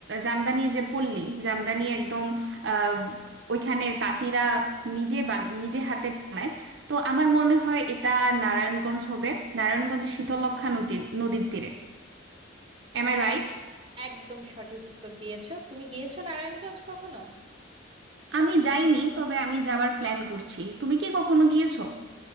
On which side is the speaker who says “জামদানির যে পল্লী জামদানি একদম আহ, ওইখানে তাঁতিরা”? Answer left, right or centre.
Right